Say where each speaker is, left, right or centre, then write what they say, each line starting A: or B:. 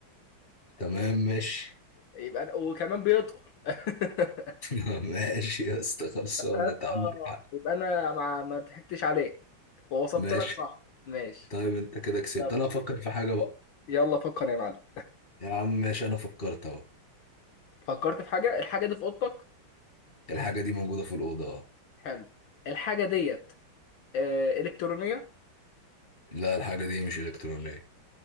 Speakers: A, on the left; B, on the left.
A: تمام ماشي
B: يبقى أنا... وكمان بيدخل <laughs>
A: <laughs> ماشي يا اسطى خلصانه
B: يبقى
A: انت عندك حق
B: يبقى انا ما ما ضحكتش عليك ووصفت
A: ماشي
B: لك صح ماشي
A: طيب انت كده كسبت
B: يلا
A: انا افكر في حاجه بقى
B: يلا فكر يا معلم
A: يا عم ماشي انا فكرت اهو
B: فكرت في حاجه الحاجه دي في اوضتك
A: الحاجه دي موجوده في الاوضه اه
B: حلو الحاجه ديت آه، الكترونيه
A: لا الحاجه دي مش الكترونيه